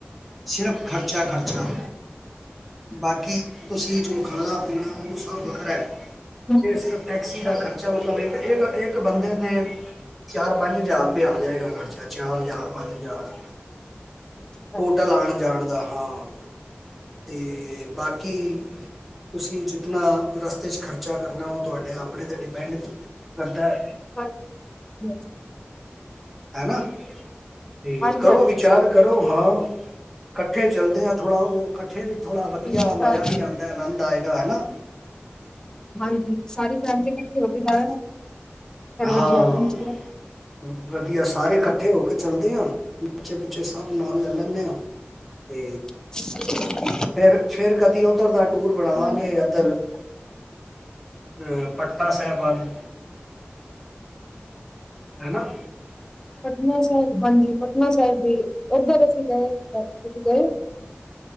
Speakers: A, in the centre; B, on the left (about 15°).
A: ਸਿਰਫ਼ ਖਰਚਾ-ਖਰਚਾ। ਬਾਕੀ ਤੁਸੀਂ ਜੋ ਖਾਣਾ ਪੀਣਾ ਉਹ ਸਭ ਵੱਖਰਾ ਹੈ।
B: ਹਾਂਜੀ
A: ਕਿ ਸਿਰਫ ਟੈਕਸੀ ਦਾ
B: ਹਾਂਜੀ
A: ਖਰਚਾ। ਮਤਲਬ ਇੱਕ- ਇੱਕ ਬੰਦੇ ਤੇ ਚਾਰ -ਪੰਜ ਹਜ਼ਾਰ ਰੁਪਇਆ ਆ ਜਾਏਗਾ ਖਰਚਾ। ਚਾਰ ਹਜ਼ਾਰ, ਪੰਜ ਹਜ਼ਾਰ।
B: ਹਾਂਜੀ
A: ਹੋਟਟਲ ਆਣ ਜਾਣ ਦਾ ਹਾਂ। ਤੇ ਬਾਕੀ ਤੁਸੀਂ ਜਿਤਨਾ ਰਸਤੇ 'ਚ ਖਰਚਾ ਕਰਨਾ। ਉਹ ਤੁਹਾਡੇ ਆਪਣੇ 'ਤੇ ਡਿਪੈਂਡ ਕਰਦੈ।
B: ਹੂੰ ਹੂੰ
A: ਹਨਾ‌ਤੇ
B: ਹਾਂਜੀ
A: ਕਰੋ
B: ਹਾਂਜੀ
A: ਵਿਚਾਰ
B: ਸਹੀ
A: ਕਰੋ ਹਾਂ। ਇਕੱਠੇ ਚਲਦੇ ਆਂ। ਥੋੜਾ ਉਹ ਇਕੱਠੇ ਵੀ, ਥੋੜਾ ਵਧੀਆ
B: ਗੱਲ ਸਾ-
A: ਮਜ਼ਾ ਵੀ ਆਂਦੈ, ਆਨੰਦ ਆਏਗਾ ਹਨਾ।
B: ਹਾਂਜੀ। ਸਾਰੀ ਫੈਮਲੀ ਇਕੱਠੇ ਹੋ ਕੇ ਜਾ ਵਧੀਆ
A: ਹਾਂ।
B: ਬਣੇਗਾ।
A: ਵਧੀਆ ਸਾਰੇ ਇਕੱਠੇ
B: ਹਾਂਜੀ
A: ਹੋ। ਚੱਲਦੇ ਆਂ ਬੱਚੇ ਬੱਚੇ ਸਭ ਨਾਲ ਲੈ ਲੈਂਦੇ ਹਾਂ ਤੇ
B: <unintelligible>
A: ਫਿਰ-ਫਿਰ ਕਦੀ ਉੱਧਰ ਦਾ ਟੂਰ ਬਣਾਵਾਂਗੇ।
B: ਹਾਂਜੀ
A: ਇੱਧਰ ਅ ਪਟਨਾ ਸਾਹਿਬਾਨ ਹੈਨ। ਹੈਨਾ।
B: ਪਟਨਾ ਸਾਹਿਬ ਹਾਂਜੀ ਪਟਨਾ ਸਾਹਿਬ ਵੀ ਉੱਧਰ ਅਸੀਂ ਗਏ ਸੀ ਪਲ ਤੁਸੀਂ ਗਏ ਹੋ।